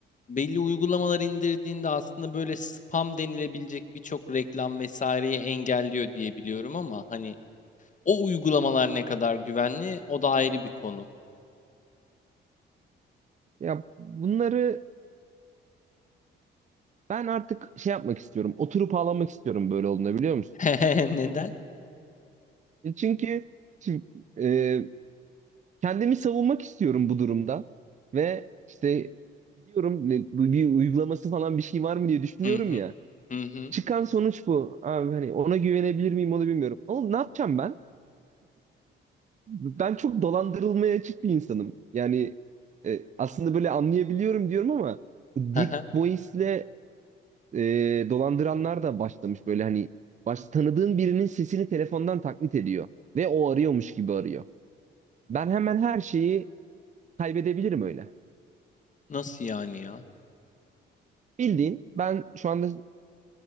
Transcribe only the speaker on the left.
Belli uygulamalar indirdiğinde aslında böyle spam denilebilecek birçok reklam vesaireyi engelliyor diye biliyorum ama hani o uygulamalar ne kadar güvenli o da ayrı bir konu.
<laughs> Neden?
Hı hı.
Hı hı.
Hı
hı.
Nasıl yani ya?